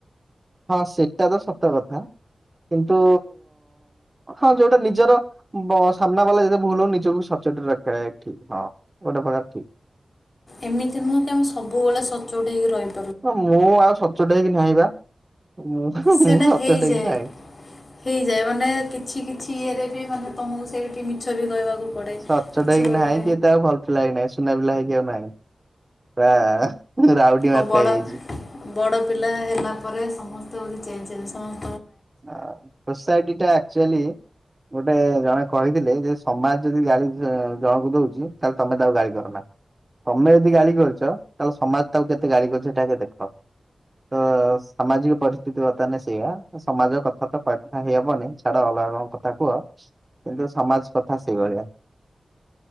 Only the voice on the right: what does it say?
ହଁ ସେଟା ତ ସତ କଥା। କିନ୍ତୁ ହଁ ଯୋଉଟା ନିଜର ବ ସାମ୍ନା ବାଲା ଯଦି ଭୁଲ ନିଜକୁ ସଚୋ ସଚ୍ଚୋଟ ରଖିଆ ଠିକ ହଁ ଗୋଟେ ପ୍ରକାର ଠିକ।
ମୁଁ ଆଉ ସଚ୍ଚୋଟ ହେଇକି ନାଁହିଁ ବା ମୁଁ ସଚ୍ଚୋଟ
ହେଇ ନାହିଁ।
ସଚ୍ଚୋଟ
ହେଇକି
ନାହିଁକି ଆଉ ଭଲ ପିଲା ହେଇ ନାହିଁ ସୁନା ପିଲା ହେଇକି ଆଉ ନାହିଁ। ପୂରା ରାଉଡି
ମାରାକା
ହେଇଯାଇଛି।
ହଁ ସୋସାଇଟି ଟା ଆକୁଚୁଆଲି। ଗୋଟେ ଜଣେ କହିଥିଲେ ଯେ ସମାଜ ଯଦି ଗାଳି ଜଣକୁ ଦଉଛି। ତାହେଲେ ତମେ ତାକୁ ଗାଳି କରନା। ତମେ ଯଦି ଗାଳି କରିଛ ତାହେଲେ ସମାଜ କେତେ ତାକୁ ଗାଳି କରଛି ସେଇଟା ଦେଖ। ତ ସାମାଜିକ ପରିସ୍ଥିତି ବର୍ତ୍ତମାନ ସେଇଆ। ସମାଜ କଥା ତ କଥାହେଇହବନି ଛାଡ ଅଲଗା କଣ କଥା କୁହ କିନ୍ତୁ ସମାଜ କଥା ସେଇଭଳି।